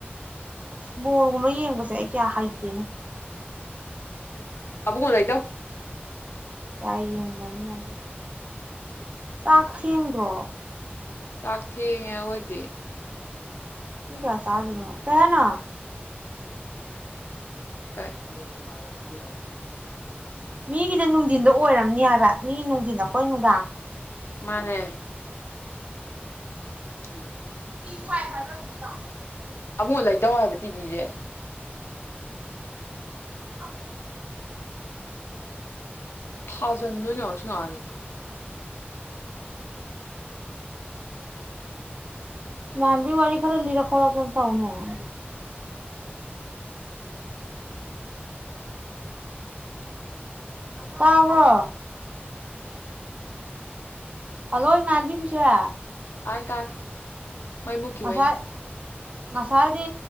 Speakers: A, on the right; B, on the left.
A: ꯑꯁ ꯕꯣꯔꯒꯨꯝꯕ ꯌꯦꯡꯕꯁꯦ ꯑꯩ ꯀꯌꯥ ꯍꯩꯇꯦꯅꯦ
B: ꯑꯥꯕꯨꯨ ꯀꯅꯥꯏꯗꯣ
A: ꯀꯌꯥ ꯌꯦꯡꯒꯅꯤ ꯆꯥꯛꯈꯤꯦꯡꯗ꯭ꯔꯣ
B: ꯆꯥꯛ ꯊꯦꯡꯉꯦ ꯑꯩꯈꯣꯏꯗꯤ
A: ꯀꯌꯥ ꯁꯥ ꯑꯗꯨꯅ ꯀꯍꯅꯣ
B: ꯀꯥꯏ ꯌꯥ
A: ꯃꯤꯒꯤꯗꯤ ꯅꯨꯡꯊꯤꯟꯗꯣ ꯑꯣꯏꯔꯝꯅꯤ ꯍꯥꯏꯕ ꯃꯤꯅꯨꯡ ꯅ ꯀꯣꯏꯅꯅꯨꯡꯗꯥ
B: ꯃꯥꯅꯦ ꯎꯝ
A: ꯐꯥꯏ ꯐꯔꯗꯗ
B: ꯑꯃꯨꯛ ꯂꯩꯗꯧ ꯍꯥꯏꯕ ꯇꯤꯕꯤꯁꯦ
A: ꯁ ꯀꯥ
B: ꯊꯥꯖꯟꯗꯣꯏꯅꯤ ꯌꯥꯁꯨ ꯉꯥꯡꯉꯦ
A: ꯃꯌꯥꯝꯂꯤ ꯋꯥꯔꯤ ꯋꯥꯔꯤ ꯈꯔꯜꯂꯤ ꯔꯈꯣꯂ ꯇꯅ ꯇ ꯍꯅ ꯇꯥꯕꯣ ꯍꯜꯂꯣ ꯏꯃꯥꯟꯕꯤ ꯄꯤꯁꯥ
B: ꯑꯥꯏ ꯇꯥ ꯃꯥꯏꯃꯨꯀꯤꯕꯩꯅꯤ
A: ꯉꯁꯥꯏ ꯉꯁꯥꯏꯗꯤ